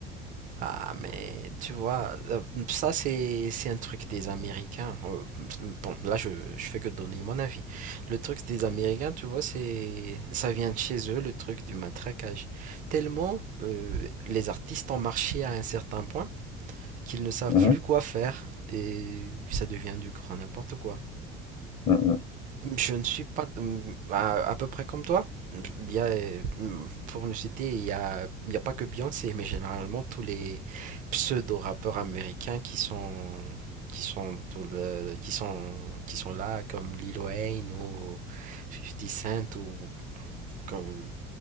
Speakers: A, on the right; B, on the left.
A: Ah, mais tu vois, euh, ça c'est c'est un truc des Américains. Euh, Bon, là je, je fais que donner mon avis. Le truc des Américains, tu vois, c'est ça vient de chez eux, le truc du matraquage. Tellement euh, les artistes ont marché à un certain point qu'ils ne savent
B: Mmh
A: plus
B: mh.
A: quoi faire et ça devient du grand n'importe quoi.
B: Mmh
A: Je ne suis pas hum, à, à peu près comme toi. Il y a, euh, hum, pour nous citer, il y a, il y a pas que Beyoncé, mais généralement tous les pseudo-rappeurs américains qui sont qui sont dans le- qui sont qui sont là comme Lil Wayne ou Fifty Cent ou comme